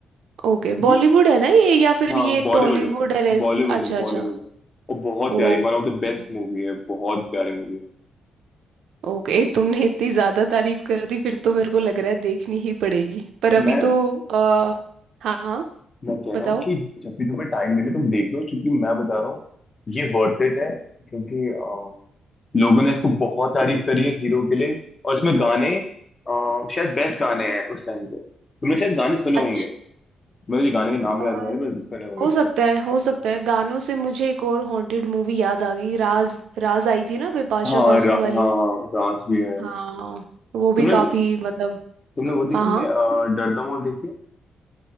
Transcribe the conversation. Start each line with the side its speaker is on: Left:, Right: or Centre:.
Right: ओके
Left: ये
Right: बॉलीवुड है ना ये या फिर
Left: हाँ
Right: ये
Left: बॉलीवुड
Right: टॉलीवुड
Left: है
Right: है ऐसी
Left: बॉलीवुड
Right: अच्छा
Left: बॉलीवुड
Right: अच्छा
Left: है और बहुत प्यारी
Right: ओके
Left: one of the best movie है बहुत प्यारी मूवी है
Right: ओके तुमने इतनी ज्यादा तारीफ कर दी फिर तो मेरे को लग रहा है देखनी ही पड़ेगी पर अभी
Left: मैं
Right: तो आ, हाँ हाँ
Left: मैं कह
Right: बताओ
Left: रहा हूँ कि जब भी तुम्हें टाइम मिले तुम देख लो क्योंकि मैं बता रहा हूँ ये वर्थ इट है क्योंकि अ, लोगों ने इसको बहुत तारीफ करी है हीरो के लिए और इसमें गाने अ, शायद बेस्ट गाने हैं उस टाइम के तुमने शायद गाने सुने
Right: अच्छा।
Left: होंगे मुझे गाने का नाम
Right: अ,
Left: याद नहीं आ रहा पर सुने होंगे
Right: हो
Left: तुमने
Right: सकता है हो सकता है गानों से मुझे एक और हॉन्टेड मूवी याद आ गई राज राज आई थी ना बिपाशा
Left: हाँ
Right: बासु
Left: रा,
Right: वाली
Left: हाँ हाँ राज भी है
Right: हाँ वो भी
Left: तुमने
Right: काफी मतलब
Left: तुमने वो देखी
Right: हाँ हाँ
Left: है अ, डर द मॉल देखी है